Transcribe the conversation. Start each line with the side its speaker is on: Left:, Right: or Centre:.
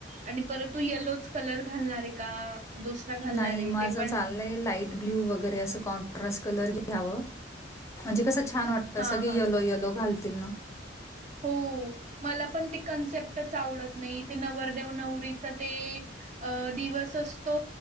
Right: आणि परत तू येलोच कलर घालणार आहे का? दुसरा घालणार
Left: नाही
Right: आहे
Left: माझं
Right: ते पण
Left: चाललंय लाईट ब्ल्यू वगैरे अस कॉनट्रास्ट कलर घ घ्याव म्हणजे कस छान वाटत
Right: हा
Left: सगळे
Right: हा
Left: यलो यलो घालतील ना.
Right: हो मला पण ते कन्सेप्टच आवडत नाही ते नवरदेव नवरीचं ते. अ दिवस असतो